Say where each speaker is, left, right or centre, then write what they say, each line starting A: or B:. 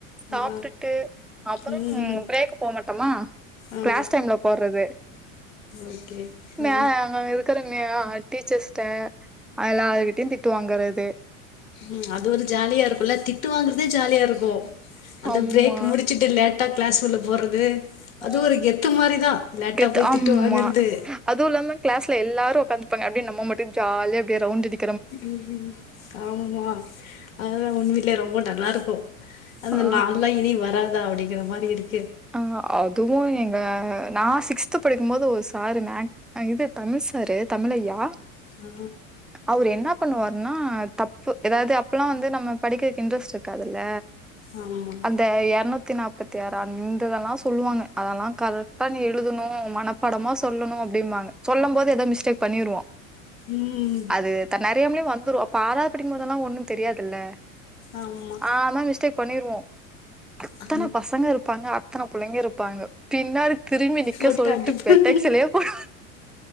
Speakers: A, in the centre; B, on the left (about 65°).
A: சாப்பிட்டுட்டு
B: ஆ
A: அப்புறம்
B: ம்
A: பிரேக் போக மாட்டோமா
B: ஆ
A: கிளாஸ் டைம்ல போடறது
B: ஓகே
A: மே
B: ஆ
A: அங்க இருக்கிறங்கா <unintelligible> ஆஹ டீச்சர்ஸ்ட அல்லார்கிட்டயு திட்டு வாங்கறது
B: உம் அது ஒரு ஜாலியா இருக்குல்ல தி ட்டு வாங்கறதே ஜாலியா இருக்கு அந்த
A: ஆமா
B: பிரேக் முடிச்சுட்டு லேட்டா கிளாஸ் உள்ள போறது
A: உ
B: அது ஒரு கெத்து மாரிதா லேட்டா
A: கெத்து
B: போய்
A: ஆமா
B: திட்டு வாங்குறது
A: அதுவு இல்லாம கிளாஸ்ல எல்லாரு உட்காந்துருப்பாங்க அப்டியே நம்ம மட்டும் அப்டியே ஜாலியா அப்டியே ரவுண்டு அடி
B: ம் ம் ஆமா அதுதா உண்மையிலயே ரொம்ப நல்லா இருக்கு அந்த
A: ஆ
B: நால்லா இனி வராதா அப்டின்னு க்ர மாரி இருக்
A: ஆஹ் அதுவு எங்க நா சிக்ஸ்த் படிக்கு போது ஒரு சார் மேக் அ இது தமிழ் சார் தமிழய்யா
B: ஆ
A: அவரு என்ன என்ன பண்ணுவாருனா தப்பு எதாது அப்பெல்லா வந்து நம்ம படிக்கறக்கு இன்ட்ரெஸ்ட் இருக்காதுல்ல
B: ஆமா
A: அந்த எரநூத் த்தி நாப்பத்தி ஆற <unintelligible> இதெல்லா சொல்லுவாங்க அதெல்லா கலட்டா நீ எழுதணு மனப்படமா சொல்லணு அப்டிம்பாங்க சொல்ல போது ஏதோ மிஸ்டேக் பண்ணிருவோ
B: ம்
A: அது தன் தெரியாமலே வந்துரு அப்ப ஆறாது படிக்கு போதுல்லா ஒன்னு தெரியாதுல்ல
B: ஆமா
A: ஆ ஆனா மிஸ்டேக் பண்ணிருவோ அத்தன
B: ஆ
A: பசங்கருப்பாங்க அத்தன புள்ளைங்கருப்பாங்க பின்னாடி திரும்பி நிக்க
B: போட்டு
A: சொல்ட்டு
B: அடிப்ப
A: பெட்டக்சிலே போடா